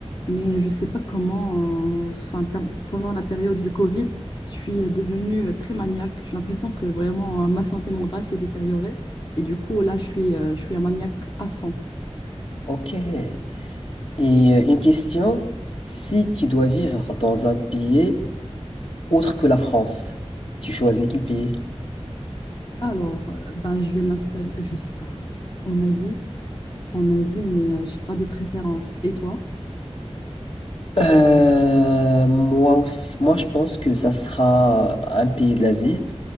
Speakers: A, on the left; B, on the left.
A: mais je ne sais pas comment, euh, enfin, per- pendant la période du Covid, je suis euh, devenue euh, très maniaque. J'ai l'impression que vraiment euh, ma santé mentale s'est détériorée. Et du coup, là, je suis, euh, je suis un maniaque à fond.
B: Ok. Et euh, une question, si tu dois vivre dans un pays autre que la France, tu choisis quel pays?
A: Alors, euh, ben, je vais m'installer je- euh, en Asie, en Asie, mais euh, j'ai pas de préférence. Et toi?
B: Euh, moi aussi, moi je pense que ça sera un pays de l'Asie,